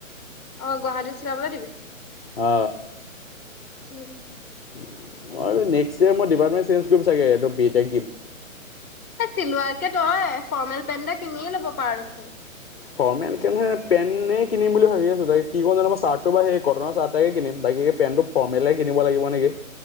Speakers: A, on the left; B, on the left.
A: অ গুৱাহাটীত চিলাবলৈ দিবি।
B: অ।
A: উ উম।
B: উম মই বাৰু নেক্সট য়েৰ মই দিবা নোৱাৰোঁ চেনজ কৰিম চাগে এইটো বি টেক দিম।
A: এই চিলোৱাৰকে তই ফৰ্মেল পেণ্ট এটা কিনিয়ে ল'ব পাৰ দেখোন।
B: ফৰ্মেলকে নহয় পেননে কিনিম বুলি ভাবি আছো ত কি ক জানো মই চাৰ্টো বা সেই কটনৰ চাৰ্টাকে কিনিম বাকী পেনটো ফৰ্মেলাই কিনিব লাগিব নেকি?